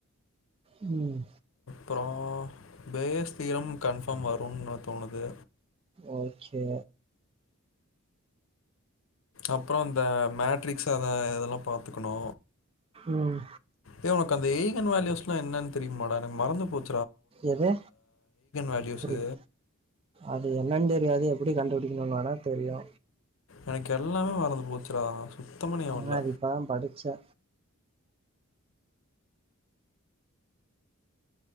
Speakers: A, on the right; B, on the left.
A: ம்
B: அப்பறோ பேர்ஸ் தியரம் கன்ஃபார்ம் வருனு தோணுது
A: ஓகே
B: அப்பறோ அந்த மேட்ரிக்ஸ் அத இதெல்லாம் பாத்துக்கணு
A: ம்
B: ஏ உனக்கு அந்த ஏய்கன் வேல்யூஸ்லா என்னன்னு தெரியுமாடா எனக்கு மறந்து போச்
A: எது
B: வேல்யூஸு
A: புரில அது என்னன் தெரியாது எப்டி கண்டுபிடி க்கணு வேணா தெரியு
B: எனக்கெல்லாமே மறந்து போச்சுடா சுத்தமா ஞாபகம்
A: ஏன்னா
B: இல்ல
A: அது இப்பதா படிச்சே